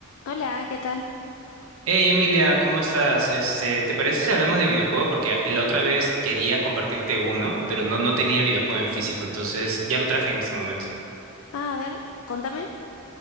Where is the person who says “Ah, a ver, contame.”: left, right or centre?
Left